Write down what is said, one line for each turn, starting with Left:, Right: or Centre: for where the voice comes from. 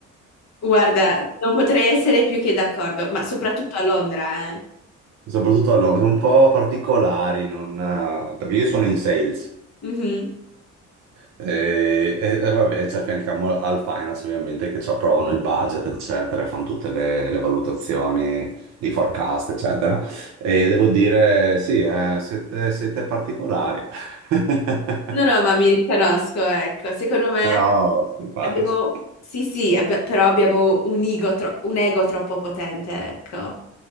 Left: Guarda, non potrei essere più che d'accordo, ma soprattutto a Londra, eh.
Right: Soprattutto allora, sono un po' particolari, non, eh, perché io sono in sales.
Left: Mhm.
Right: E, e- e vabbè, ci affianchiamo al finance ovviamente che ci approvano il budget, eccetera, fanno tutte le, le valutazioni di forecast, eccetera. E devo dire, sì, eh, siete, siete particolari, <laughs>
Left: No, no, ma mi riconosco, ecco, secondo me.
Right: però simpatici.
Left: Abbiamo, sì, sì, abbi- però abbiamo un ego, tro- un ego troppo potente, ecco.